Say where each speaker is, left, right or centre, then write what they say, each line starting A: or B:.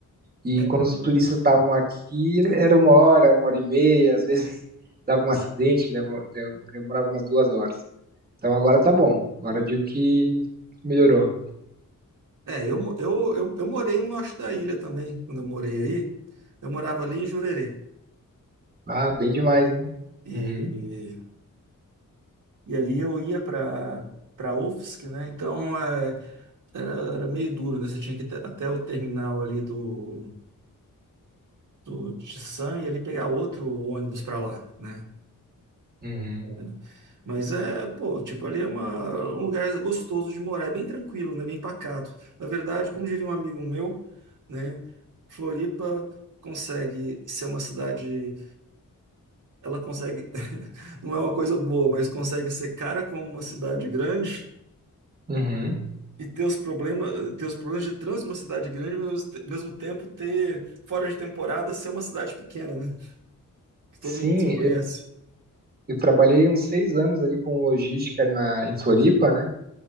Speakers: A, on the right; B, on the right.
A: E
B: É,
A: quando
B: eu,
A: os turistas estavam aqui, era uma hora, uma hora e meia, às vezes <laughs> dava um acidente, leva- de- demorava umas duas horas. Então agora tá bom. Agora eu digo que melhorou.
B: é, eu, mo- eu, eu, eu morei no norte da ilha também, quando eu morei aí. Eu morava ali em Jurerê.
A: Ah, bem demais, hein?
B: E,
A: Uhum,
B: e ali eu ia pra, pra UFSC, né? Então é, era, era meio duro, né? Você tinha que ir até até o terminal ali do, do Tissan e ali pegar outro ônibus para lá, né?
A: uhum,
B: né? Mas é, pô, tipo, ali é uma, um lugar gostoso de morar, é bem tranquilo, né? Bem pacato. Na verdade, como diria um amigo meu, né? Floripa consegue ser uma cidade, ela consegue, <laughs> não é uma coisa boa, mas consegue ser cara como uma cidade grande
A: uhum.
B: e ter os problemas, ter os problemas de trânsito uma cidade grande, mas ao mesmo te- mesmo tempo ter, fora de temporada, ser uma cidade pequena, né? Que todo
A: Sim,
B: mundo se conhece.
A: eu, eu trabalhei uns seis anos ali com logística na, em Floripa, né?